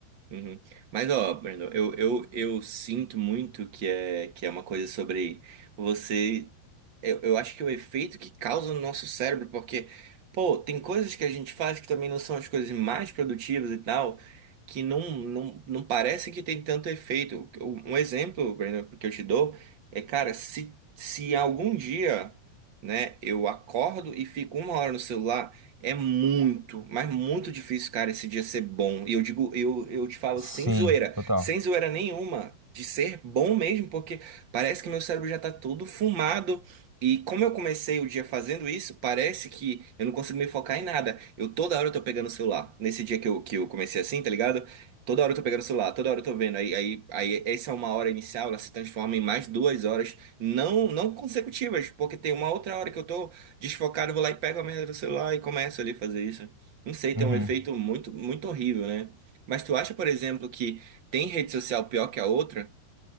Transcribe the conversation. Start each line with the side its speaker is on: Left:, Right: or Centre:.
Right: Uhum. Mas ó, Brandon, eu, eu, eu sinto muito que é, que é uma coisa sobre você. Eu, eu acho que é o efeito que causa no nosso cérebro, porque, pô, tem coisas que a gente faz que também não são as coisas mais produtivas e tal, que não, não, não parece que tem tanto efeito. Um um exemplo, Breno, que eu te dou é, cara, se, se algum dia, né, eu acordo e fico uma hora no celular, é muito, mas muito difícil, cara, esse dia ser bom. E eu digo, eu, eu te falo
Centre: Sim,
Right: sem zoeira,
Centre: total.
Right: sem zoeira nenhuma. De ser bom mesmo, porque parece que meu cérebro já tá todo fumado, e como eu comecei o dia fazendo isso, parece que eu não consigo me focar em nada. Eu toda hora eu tô pegando o celular. Nesse dia que eu, que eu comecei assim, tá ligado? Toda hora eu tô pegando o celular, toda hora eu tô vendo. Aí, aí, aí essa é uma hora inicial, ela se transforma em mais duas horas, não, não consecutivas, porque tem uma outra hora que eu tô desfocado, eu vou lá e pego a merda do celular e começo ali a fazer isso. Não sei,
Centre: Uhum.
Right: tem um efeito muito, muito horrível, né? Mas tu acha, por exemplo, que tem rede social pior que a outra?